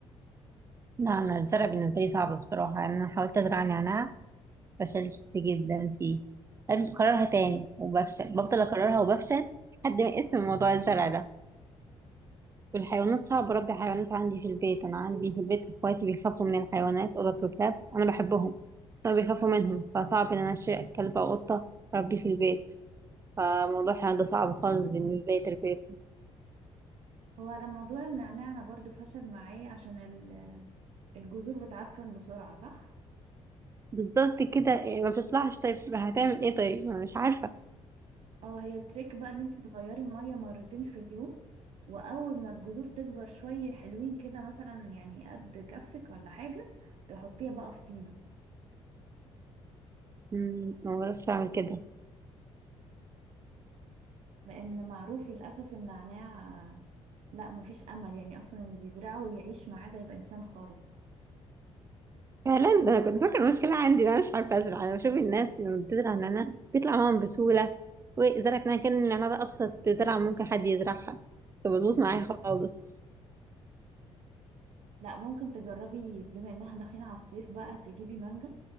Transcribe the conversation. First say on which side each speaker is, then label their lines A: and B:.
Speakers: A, on the right (about 25°); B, on the right (about 65°).
A: لا انا الزرع بالنسبه لي صعب بصراحه يعني انا حاولت ازرع نعناع فشلت جدا فيه لازم اكررها تاني وبفشل بفضل اكررها وبفشل لحد ما اسم موضوع الزرع ده والحيوانات صعب اربي حيوانات عندي في البيت انا عندي في البيت اخواتي بيخافوا من الحيوانات قطط وكلاب انا بحبهم بس هما بيخافوا منهم فصعب ان انا اشتري كلب او قطه اربيه في البيت فموضوع كان ده صعب خالص بالنسبة لي تربيتهم
B: هو على موضوع النعناع أنا برضو فشل معايا عشان ال- الجذور بتعفن بسرعة صح؟
A: بالظبط كده يعني ما بتطلعش طيب هتعمل ايه طيب ما أنا مش عارفة
B: اه هي التريك بقى ان انت تغيري المية مرتين في اليوم واول ما الجذور تكبر شوية حلوين كده مثلا يعني قد كفك ولا حاجة تحطيها بقى في طينة
A: أمم، ما بعرفش اعمل كده
B: لان معروف للأسف النعناع آه، لا مفيش امل يعني اصلا اللي بيزرعه ويعيش معاه ده يبقى انسان خارق
A: فعلا ده انا كنت فاكرة المشكلة عندي إن انا مش عارفة ازرع انا بشوف الناس لما بتزرع نعناع بيطلع معاهم بسهولة وزرعت نعناع كان النعناع ده ابسط زرعة ممكن حد يزرعها فبتبوظ معايا خالص
B: لا ممكن تجربي بما ان احنا داخلين على الصيف بقى تجيبي مانجا